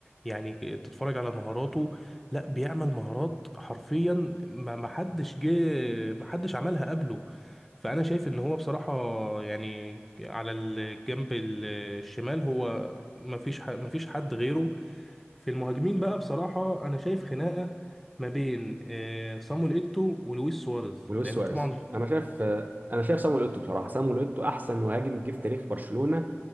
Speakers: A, in the centre; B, on the right.
A: يعني تتفرج على مهاراته لا بيعمل مهارات حرفيا ما ما حدش جه ما حدش عملها قبله فانا شايف ان هو بصراحة يعني على الجنب الشمال هو ما فيش ما فيش حد غيره في المهاجمين بقى بصراحة أنا شايف خناقة ما بين آه، صامويل إيتو ولويس سواريز
B: ولويس
A: لأن
B: سواريز
A: طبعا
B: انا شايف آه، انا شايف صامويل اوتو بصراحه صامويل اوتو احسن مهاجم جه في تاريخ برشلونه